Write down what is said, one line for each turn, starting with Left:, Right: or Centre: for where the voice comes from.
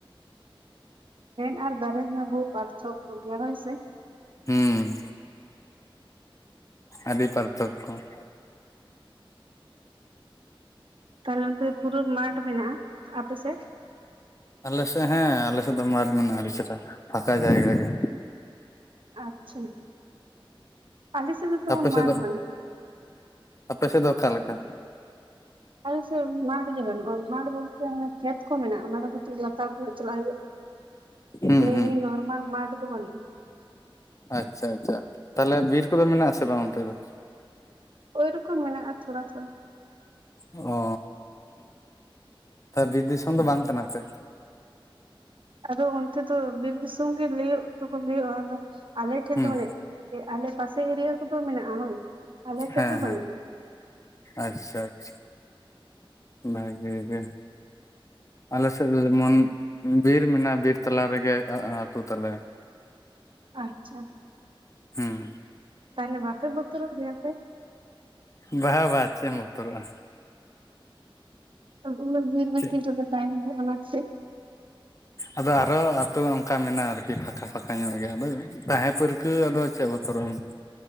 Right: ᱯᱷᱮᱱ ᱟᱨ ᱫᱟᱨᱮ ᱨᱮᱱᱟᱜ ᱵᱩᱦᱩ ᱯᱟᱨᱛᱷᱚᱠ ᱜᱮᱭᱟ ᱦᱩᱭ ᱥᱮ᱾
Left: ᱦᱩᱸ᱾ ᱟᱹᱰᱤ ᱯᱟᱨᱛᱷᱚᱠᱠᱚ᱾ <inaudible>
Right: ᱛᱟᱦᱞᱮ ᱚᱱᱛᱮ ᱫᱚ ᱯᱩᱨᱟᱹ ᱢᱟᱴ ᱢᱮᱱᱟᱜᱼᱟ ᱟᱯᱮ ᱥᱮᱫ?
Left: ᱟᱞᱮᱥᱮᱫ ᱦᱮᱸ ᱟᱞᱮᱥᱮᱫ ᱫᱚ ᱢᱟᱴ ᱢᱮᱱᱟᱜᱼᱟ ᱟᱹᱰᱤ ᱪᱮᱨᱦᱟ ᱯᱷᱟᱸᱠᱟ ᱡᱟᱭᱜᱟ ᱜᱮ᱾
Right: ᱟᱪᱪᱷᱟ ᱟᱞᱤᱥᱮᱫ ᱫᱚ ᱛᱮᱢᱚᱱ
Left: ᱟᱯᱮ
Right: ᱢᱟᱴ
Left: ᱥᱮᱫ ᱫᱚ
Right: ᱵᱟᱹᱱᱩᱜᱼᱟ᱾
Left: ᱟᱯᱮ ᱥᱮᱫ ᱫᱚ ᱚᱠᱟᱞᱮᱠᱟ?
Right: ᱟᱞᱮ ᱥᱮᱫ ᱢᱟᱴᱷ ᱜᱮ ᱵᱟᱹᱱᱩᱜᱼᱟ ᱢᱟᱴ ᱵᱚᱞᱛᱮ ᱦᱟᱱᱮ ᱠᱷᱮᱛ ᱠᱚ ᱢᱮᱱᱟᱜᱼᱟ᱾ ᱚᱱᱟ ᱫᱚ ᱠᱟᱹᱴᱤᱡ ᱞᱟᱛᱟᱨ ᱧᱚᱜ ᱪᱟᱞᱟᱜ ᱦᱩᱭᱩᱜᱼᱟ᱾
Left: ᱦᱩᱸ
Right: ᱢᱟᱱᱮ
Left: ᱦᱩᱸ
Right: ᱮᱢᱱᱤ ᱱᱚᱨᱢᱟᱞ ᱢᱟᱴ ᱫᱚ ᱵᱟᱱᱩᱜᱼᱟ᱾
Left: ᱟᱪᱪᱷᱟ ᱟᱪᱪᱷᱟ ᱛᱟᱦᱞᱮ ᱵᱤᱨ ᱠᱚᱫᱚ ᱢᱮᱱᱟᱜ ᱟᱥᱮ ᱵᱟᱝ ᱚᱱᱛᱮ ᱫᱚ?
Right: ᱳᱭ ᱨᱚᱠᱚᱢ ᱢᱮᱱᱟᱜᱼᱟ ᱛᱷᱚᱲᱟ ᱛᱷᱚᱲᱟ᱾
Left: ᱚ ᱛᱟᱦᱮ ᱵᱤᱨ ᱫᱤᱥᱚᱢ ᱫᱚ ᱵᱟᱝ ᱠᱟᱱᱟ ᱯᱮ?
Right: ᱟᱫᱚ ᱚᱱᱛᱮ ᱫᱚ ᱵᱤᱨ ᱫᱤᱥᱚᱢ ᱜᱮ ᱞᱟᱹᱭ ᱫᱚᱠᱚ ᱞᱟᱹᱭᱼᱟ ᱟᱫᱚ ᱟᱞᱮ ᱴᱷᱮᱱ
Left: ᱦᱩᱸ
Right: ᱫᱚ ᱢᱟᱱᱮ ᱟᱞᱮ ᱯᱟᱥᱮ ᱮᱨᱤᱭᱟ ᱠᱚᱫᱚ ᱢᱮᱱᱟᱜᱼᱟ ᱦᱳᱭ ᱟᱞᱮ ᱴᱷᱮᱡ
Left: ᱦᱮᱸ
Right: ᱫᱚ ᱵᱟᱹᱱᱩᱜᱼᱟ᱾
Left: ᱦᱮᱸ ᱟᱪᱪᱷᱟ ᱟᱪᱪᱷᱟ ᱵᱷᱟᱹᱜᱮ ᱜᱮ᱾ ᱟᱞᱮ ᱥᱮᱫ ᱫᱚ ᱮᱢᱚᱱ ᱵᱤᱨ ᱢᱮᱱᱟᱜ-ᱟ ᱵᱤᱨ ᱛᱟᱞᱟ ᱨᱮᱜᱮ ᱟ-ᱟ-ᱟᱹᱛᱩ ᱛᱟᱞᱮ᱾
Right: ᱟᱪᱪᱷᱟ᱾
Left: ᱦᱩᱸ᱾
Right: ᱛᱟᱦᱚᱞᱮ ᱵᱟᱯᱮ ᱵᱚᱛᱚᱨᱚᱜ ᱜᱮᱭᱟ ᱟᱯᱮ?
Left: ᱵᱟ ᱵᱟᱝ ᱪᱮᱫ ᱮᱢ ᱵᱚᱛᱚᱨᱚᱜᱼᱟ᱾
Right: ᱩᱱ ᱩᱱᱟᱹᱜ ᱵᱤᱨ ᱵᱷᱤᱛᱤᱨ
Left: ᱪᱮᱫ
Right: ᱨᱮᱯᱮ ᱛᱟᱦᱮᱸᱱ ᱜᱮᱭᱟ ᱚᱱᱟ ᱠᱷᱟᱹᱛᱤᱨ
Left: ᱟᱫᱚ ᱟᱨᱚ ᱟᱹᱛᱳ ᱚᱝᱠᱟ ᱢᱮᱱᱟᱜ-ᱟ ᱟᱨᱠᱤ ᱯᱷᱟᱸᱠᱟ ᱯᱷᱟᱸᱠᱟ ᱧᱚᱜ ᱜᱮ ᱟᱫᱚ ᱛᱟᱦᱮ ᱯᱟᱹᱨᱠᱟᱹᱣ ᱟᱫᱚ ᱪᱮᱫ ᱵᱚᱛᱚᱨᱚᱜ ᱟᱢ